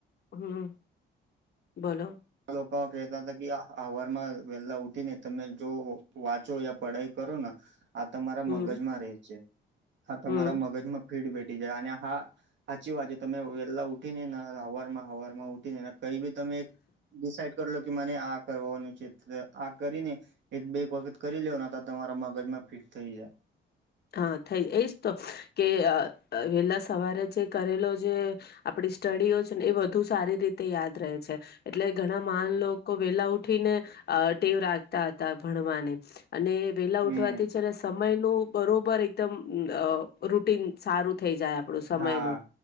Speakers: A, on the left; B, on the right.
A: હમ બોલો
B: લોકો કહેતા હતા કે અવારમાં વેહેલા ઊઠી ને તમે જો વાંચો યા પઢાઈ કરો ને આ તમારા
A: હમ
B: મગજમાં રહે છે હા તમારા
A: હમ
B: મગજમાં ફીડ બેેટી જાય અને હા સાચી વાત છે તમે વેહેલા ઉઠીને ને હવાર માં હવારમાં ઉ કઈ ભી તમે એક ડિડ કર લો કે મને આ કરવાનું છે આ કરીને એક બે એક વખત કરી લેવ તો તમારા મગજમાં ફિટ થઈ જાય
A: હા થઈ એજ તો કે વહેલા સવારે જે કરેલો જે આપડી સ્ટડીઓછે ને એ વધુ સારી રીતે યાદ રહે છે એટલે ઘણા માન લો વેલા ઉઠી ને ટેવ રાખતા હતા ભણવાને અને વેલા
B: હમ
A: ઉઠવાથી છે અને સમય <inaudible> બરોબર એકદમ રૂટન સારું થઈ જાય આપણું સમયનું
B: હા